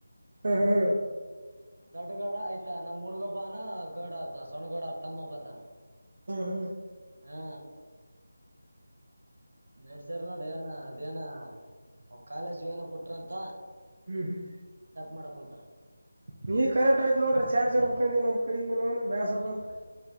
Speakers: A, on the right; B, on the right.
A: ಹ್ಮ್ ಹ್ಮ್
B: ದೊಡ್ಡ ಗಡ ಆಯ್ತ ನಮ್ಮ್ ಹುಡುಗಬಾನ ಗೋಡ ಸೊಣ್ಣಗೋಡ ತಮ್ಮಪ್ಪತನ
A: ಹ್ಮ್ ಹ್ಮ್
B: ಹಾ ನಡ್ಸ್ಯಾರ ನೋಡ ಏನ ಅದೇನ ಅವ ಕಾಲೇಜ ಏನ ಬಿುಟ್ರಂತ
A: ಹ್ಮ್ ಹ್ಮ್
B: ಮಾಡಕೊಂತರ
A: ನೀ ಕರೆಕ್ಟ್ೋಯ್ತು ನೋಡ್ರಿ ಚಾರ್ಜ್ ಆಡ್ಬೇಕಂತೀವ ನಮ್ ಕಡೆ ಬೇಸ್ ರ ಬಾ ಅಂತರಿ